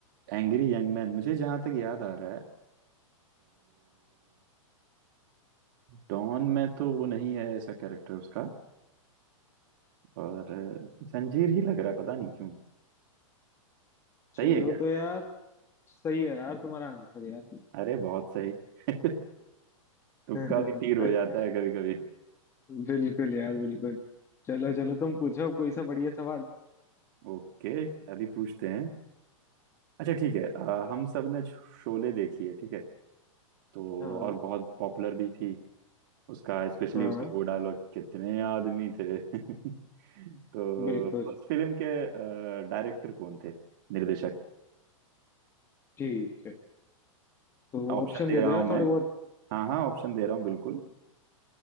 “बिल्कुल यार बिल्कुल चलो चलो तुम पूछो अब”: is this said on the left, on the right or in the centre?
Left